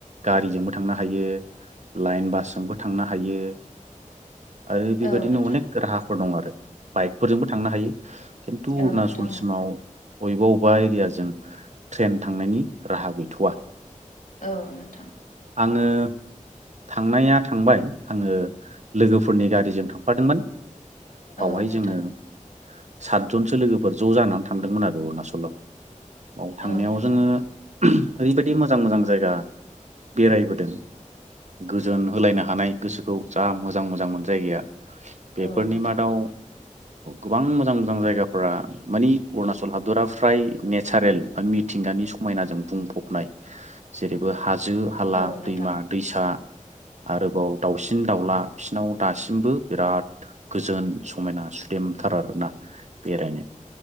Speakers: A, on the right; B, on the left.
A: गारिजोंबो थांनो हा यो लाइन बासजोंबो थांनो हायो। आरो बेबायदिनो
B: औ नोंथां
A: अनेक राहाफोर दं आरो बाइकफोरजोंबो थांनो हायो। खिन्थु
B: औ
A: अरुणाचलसिमाव।
B: नोंथां
A: बबेबा बबेबा एरियाजों ट्रेन थांनायनि राहा गैथ'वा।
B: ओ नोंथां।
A: आङो थांनाया थांबाय आङो लोगोफोरनि गारिजों थांफादोंमोन। बावहाय
B: औ नोंथां
A: जोङो सातजनसो लोगोफोर ज' जानानै थांदोंमोन आरो अरुणाचलाव। बाव थांनायाव
B: औ नोंथां
A: जोङो ओरैबायदि मोजां मोजां जायगा बेरायबोदों। गोजोन होलायनो हानाय गोसोखौ जा मोजां मोजांमोन जायगाया । बेफोरनि
B: औ नोंथां
A: मादाव गोबां मोजां मोजां जायगाफोरा मानि अरुणाचल हादरा फ्राय नेचारेल बा मिथिंगानि समायनाजों बुंफबनाय जेरैबो हा जो हाला
B: औ नोंथां
A: दैमा दैसा
B: <inaudible>
A: आरोबाव दाउसिन दाउला बिसिनाव दासिमबो बिराद गोजोन समायना सुदेम। थार आरोना बेरायनो